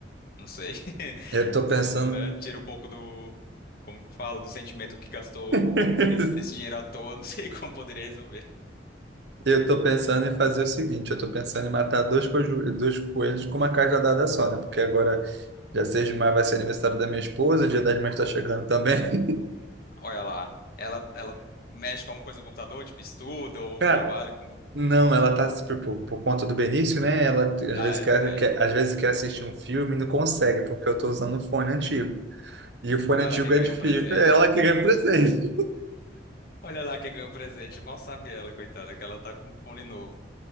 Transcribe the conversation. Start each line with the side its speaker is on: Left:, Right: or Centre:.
Left: não sei, <laughs>
Right: Eu tô
Left: se
Right: pensando.
Left: tu, né, tira um pouco do, como que fala, do sentimento que gastou
Right: <laughs>
Left: esse esse dinheiro à toa, não <laughs> sei como poderia resolver.
Right: Eu tô pensando em fazer o seguinte, eu tô pensando em matar dois, coju- dois coelhos com uma cajadada só, né? Porque agora, dia 6 de maio vai ser aniversário da minha esposa, dia das mães tá chegando também.
Left: Olha lá, ela, ela mexe com alguma coisa no computador, tipo estuda
Right: <laughs>
Left: ou
Right: Cara,
Left: trabalha com...
Right: não, ela tá, tipo, por, por conta do Benício, né? Ela às
Left: Ah,
Right: vezes
Left: é
Right: quer,
Left: verdade.
Right: quer- às vezes quer assistir um filme e não consegue, porque eu tô usando um fone antigo. E o fone
Left: Olha
Right: antigo
Left: lá quem
Right: é
Left: ganhou
Right: de fio.
Left: um presente.
Right: Ela que ganha presente.
Left: Olha lá quem ganhou um presente. Mal sabe ela, coitada, que ela tá com um fone novo.